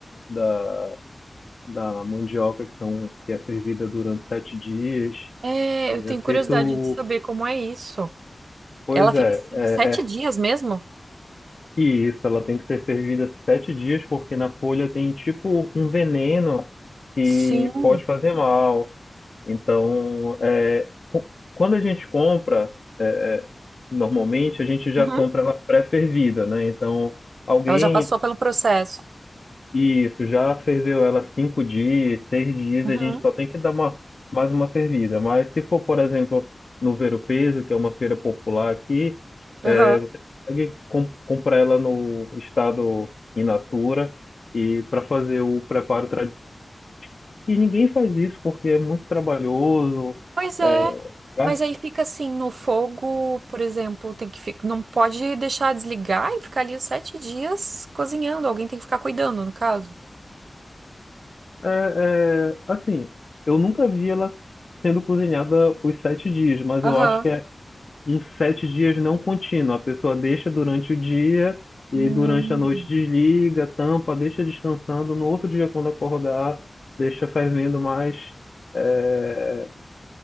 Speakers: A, on the left; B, on the right.
A: da, da mandioca, que, são, que é fervida durante sete dias.
B: É,
A: E
B: eu tenho
A: é
B: curiosidade
A: feito.
B: de saber como é isso.
A: Pois
B: Ela fica
A: é,
B: assim,
A: é,
B: sete
A: é.
B: dias mesmo?
A: E isso, ela tem que ser fervida sete dias, porque na folha tem tipo um veneno que
B: Sim.
A: pode fazer mal. Então, é, cu- quando a gente compra, é, é, normalmente a gente já
B: Uhum.
A: compra ela pré-fervida, né? Então, alguém
B: Ela já passou pelo processo.
A: Isso, já ferveu ela cinco dias, seis dias,
B: Uhum.
A: a gente só tem que dar uma, mais uma fervida. Mas se for, por exemplo, no Ver Peso, que é uma feira popular aqui,
B: Aham.
A: é, você consegue com- comprar ela no estado in natura e para fazer o preparo tradicional. E ninguém faz isso porque é muito trabalhoso.
B: Pois é.
A: É, é-
B: Mas aí fica assim no fogo, por exemplo, tem que ficar, não pode deixar desligar e ficar ali os sete dias cozinhando. Alguém tem que ficar cuidando, no caso.
A: é- é, assim, eu nunca vi ela sendo cozinhada os sete dias, mas
B: Aham.
A: eu acho que é uns sete dias não contínuo. A pessoa deixa durante o dia e
B: Hum.
A: aí durante a noite desliga, tampa, deixa descansando. No outro dia, quando acordar, deixa fervendo mais, é,